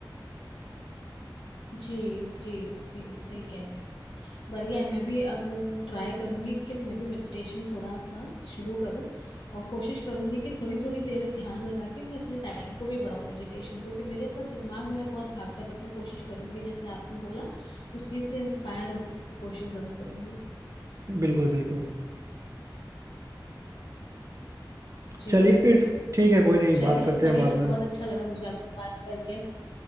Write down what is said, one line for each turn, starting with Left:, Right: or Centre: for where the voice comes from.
Left: जी जी जी सही कह रहे हैं बढ़िया है मैं भी अब ट्राई करूंगी कि मैं भी मेडिटेशन थोड़ा सा शुरू करूं और कोशिश करूंगी कि थोड़ी थोड़ी देर ध्यान लगा के मैं अपने टाइम को भी बढ़ाऊं मेडिटेशन को कि मेरे साथ दिमाग मेरा बहुत भागता है बट मैं कोशिश करूंगी जैसे आपने बोला उस चीज से इंस्पायर होकर कोशिश जरूर करूंगी
Right: बिल्कुल बिल्कुल
Left: जी
Right: चलिए फिर ठीक है कोई नहीं
Left: चलिए
Right: बात करते
Left: बढ़िया
Right: हैं बाद में
Left: बहुत अच्छा लगा मुझे आपसे बात करके